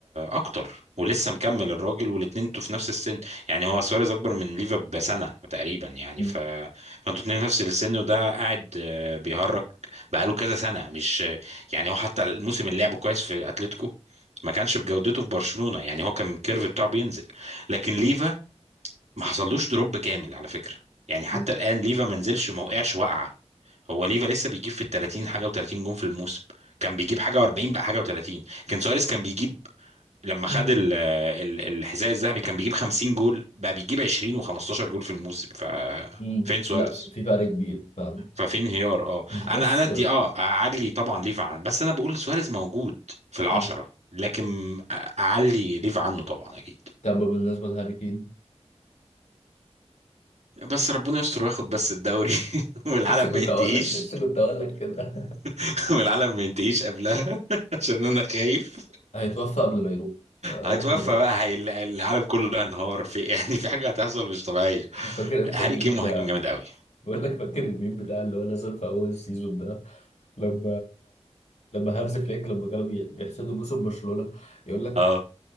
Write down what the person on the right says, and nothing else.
اكتر ولسه مكمل الراجل والاتنين انتوا في نفس السن يعني هو سواريز اكبر من ليفا بسنه تقريبا يعني
ف فانتوا اتنين في نفس السن وده قاعد آه، بيهرج بقاله كذا سنه مش يعني هو حتى الموسم اللي لعبه كويس في اتلتيكو ما كانش بجودته في برشلونه يعني هو كان الكيرف بتاعه بينزل لكن ليفا ما حصلوش دروب كامل على فكره يعني حتى
الان ليفا ما نزلش ما وقعش وقعه هو ليفا لسه بيجيب في ال 30 حاجه و30 جون في الموسم كان بيجيب حاجه و40 بقى حاجه و30 كان سواريز كان بيجيب لما خد
ال ال الحذاء الذهبي كان بيجيب 50 جول بقى بيجيب 20 و15 جول في الموسم ف
فين سواريز
ففي انهيار اه
انا انا ادي اه اعلي طبعا ليفا عن بس انا بقول سواريز موجود في العشرة
لكن اعلي ليفا عنه طبعا اكيد
بس ربنا يستر وياخد بس الدوري <laughs> والعالم
ما ينتهيش
<laughs> والعالم ما ينتهيش قبلها <laughs> عشان انا خايف
هيتوفى
بقى هي العالم كله هينهار في <laughs> يعني في حاجه هتحصل مش طبيعيه
هاري
كين مهاجم جامد قوي
اه